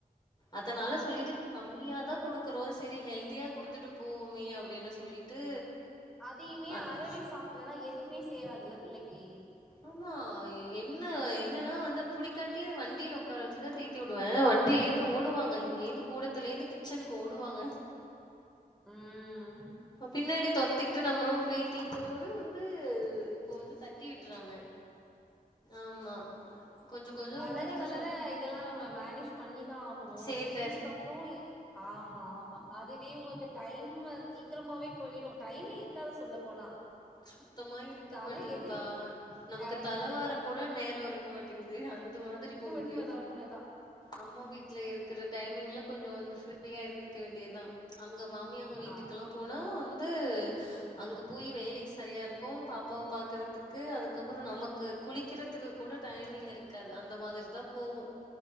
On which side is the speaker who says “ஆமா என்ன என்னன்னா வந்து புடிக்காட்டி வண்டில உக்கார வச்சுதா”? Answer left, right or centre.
Left